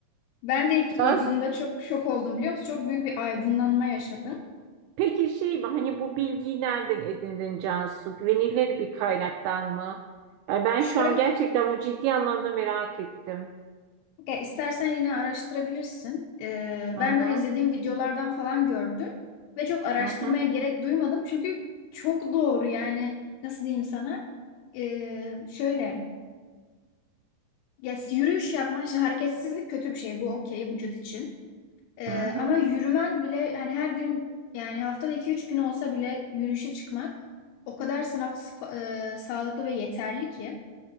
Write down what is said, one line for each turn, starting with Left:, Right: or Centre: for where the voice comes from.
Left: ben de ilk
Right: Cansu,
Left: duyduğumda çok şok oldum biliyor musun? Çok büyük bir aydınlanma yaşadım.
Right: peki şey mi hani bu bilgiyi nereden edindin Cansu? Güvenilir bir kaynaktan mı? Yani ben
Left: Şöyle
Right: şu an gerçekten bu ciddi anlamda merak ettim.
Left: ya istersen yine araştırabilirsin. Ee,
Right: Hı
Left: ben
Right: hı,
Left: böyle izlediğim videolardan falan gördüm ve çok araştırmaya
Right: hı hı,
Left: gerek duymadım. Çünkü çok doğru yani nasıl diyeyim sana? Ee, şöyle ya yürüyüş yapmak, şimdi hareketsizlik kötü bir şey. Bu okey vücut için. Ee,
Right: hı hı.
Left: ama yürümen bile hani her gün yani haftada 2 üç gün olsa bile yürüyüşe çıkmak o kadar sınav sıfa- e, sağlıklı ve yeterli ki.